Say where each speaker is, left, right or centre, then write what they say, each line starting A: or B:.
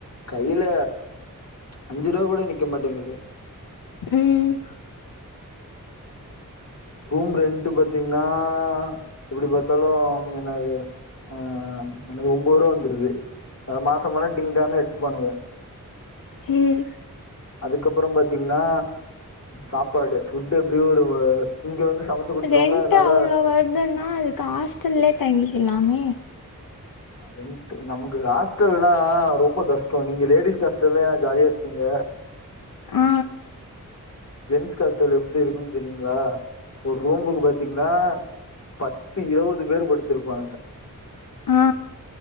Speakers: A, on the left (about 50°); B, on the left (about 85°).
A: கையில அஞ்சு ரூவா கூட நிக்க மாட்டேங்குது
B: ம்
A: ரூம் ரெண்ட் பாத்தீங்கன்னா எப்படி பார்த்தாலு அங்க என்ன இது ஆ எனக்கு ஒம்போ ரூவா வந்துருது அத மாசம் மானா டிங்டானு எடுத்துபானுங்க
B: ம்
A: அதுக்கப்பறம் பாத்தீங்கன்னா சாப்பாடு ஃபுட்டு் எப்டி ஒரு இங்க வந்து சமைச்சு குடுத்துருவாங்க.
B: ரெண்ட்
A: அதனால
B: அவ்வள வருதுன்னா அதுக்கு ஹாஸ்டல்லே தங்கிக்கலாமே
A: ரெண்ட் நமக்கு ஹாஸ்டல்லா ரொம்ப கஷ்டொ நீங்க லேடிஸ் ஹாஸ்டல்ல ஜாலியா இருப்பீங்க
B: ஆ
A: ஜென்ஸ் காஸ்டல் எப்படித்த இருக்குன்னு தெரியுங்களா ஒரு ரூமுக்கு பாத்தீங்ன்னா பத்து இருவது பேர் படுத்திருப்பானுங்க
B: ஆ